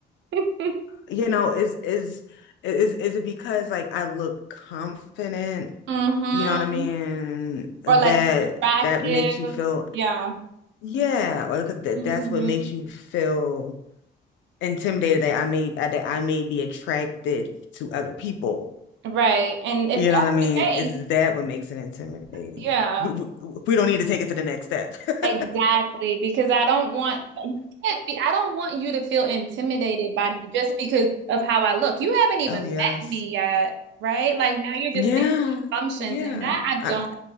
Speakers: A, on the right; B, on the left.
A: <laughs>
B: you know, is is is is it because like I look confident,
A: Mm-hmm.
B: you know what I mean? That
A: Or like you're attractive.
B: that makes you feel
A: Yeah.
B: yeah, or 'cause that
A: Mm-hmm.
B: that's what makes you feel intimidated that I may uh, that I may be attracted to other people.
A: Right. And if
B: You
A: that's
B: know what I mean?
A: the
B: Is
A: case,
B: that what makes it intimidating?
A: yeah,
B: We, we, we don't need to take it to the next step. <laughs>
A: exactly. Because I don't want you can't be I don't want you to feel intimidated by me just because of how I look. You haven't even
B: Oh yes.
A: met me yet, right? Like now you're just
B: Yeah.
A: making assumptions
B: Yeah.
A: and that I don't
B: I mean,